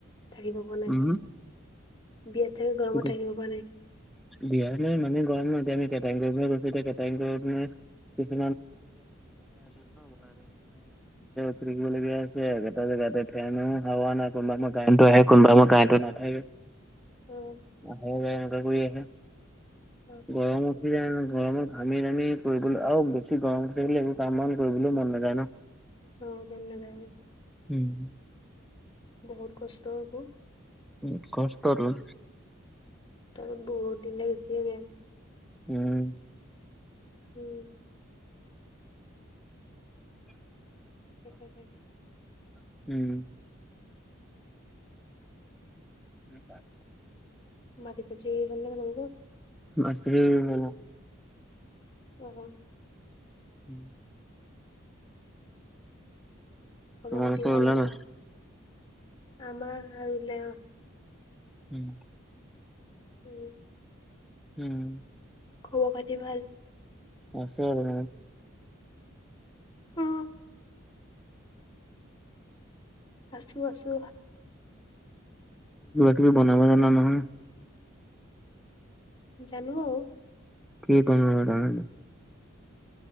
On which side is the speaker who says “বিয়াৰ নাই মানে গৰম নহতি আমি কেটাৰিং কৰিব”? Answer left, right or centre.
Centre